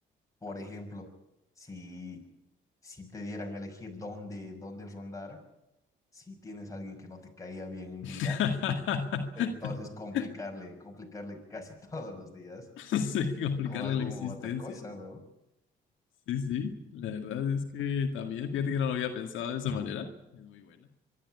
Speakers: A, on the left; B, on the left.
A: Por ejemplo, si, si te dieran a elegir dónde, dónde rondar, si tienes a alguien que no te caía bien en
B: <laughs>
A: vida, Entonces, complicarle, complicarle casi <laughs> todos los días
B: Sí, complicarle
A: con alguna
B: la existencia.
A: u otra cosa, ¿no?
B: Sí, sí, la verdad es que también, fíjate que no lo había pensado de esa manera. Es muy buena.